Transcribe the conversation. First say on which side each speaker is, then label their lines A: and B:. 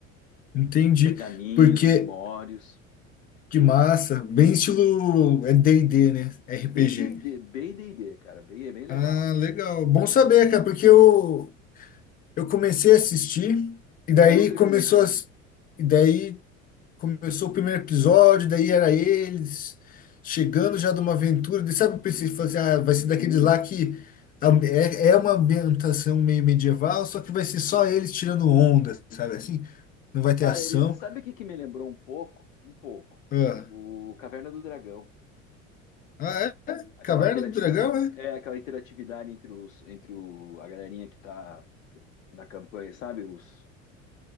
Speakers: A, on the left; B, on the left.
A: Entendi.
B: Pergaminhos,
A: Porque,
B: grimórios.
A: que massa. Bem estilo é d e d né? RPG.
B: Bem D&D, bem D&D, cara. Bem, é bem legal.
A: Ah, legal. Bom saber, cara, porque eu, eu comecei a assistir, e daí
B: É, eu não terminei
A: começou
B: também.
A: a, e daí começou o primeiro episódio, daí era eles chegando já de uma aventura. Daí, sabe, eu pensei, fazer, ah, vai ser
B: Uhum,
A: daqueles lá que a- é, é uma ambientação meio medieval, só que vai ser
B: desculpa.
A: só eles tirando onda, sabe assim? Não vai ter
B: Cara,
A: ação.
B: eles, sabe o que que me lembrou um pouco? Um pouco.
A: Ah,
B: O Caverna do Dragão.
A: ah, é?
B: Aquela
A: Caverna
B: interatividade,
A: do Dragão, é?
B: é, aquela interatividade entre os, entre o, a galerinha que tá na campanha, sabe? Os,